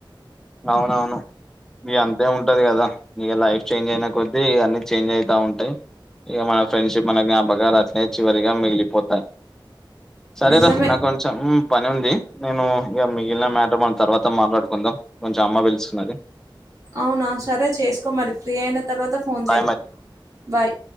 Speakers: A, in the centre; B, on the right (about 40°).
A: అవునవును ఇగ అంతే ఉంటది కదా ఇక లైఫ్ చేంజ్ అయిన కొద్దీ అన్ని చేంజ్ అయితా ఉంటాయి ఇక మన ఫ్రెండ్షిప్ మన జ్ఞాప గలు అట్నే చివరిగా మిగిలిపోతాయి సరే
B: నిజమే
A: రా నాకు కొంచం పని ఉంది నేను ఇగా మిగిలిన మ్యాటర్ మనం తర్వాత మాట్లాడుకుందాం కొంచెం అమ్మ పిలుస్తున్నది.
B: అవునా సరే చేసుకోమరి ఫ్రీ అయిన తర్వాత ఫోన్
A: బాయ్
B: చేయి
A: మరి
B: బాయ్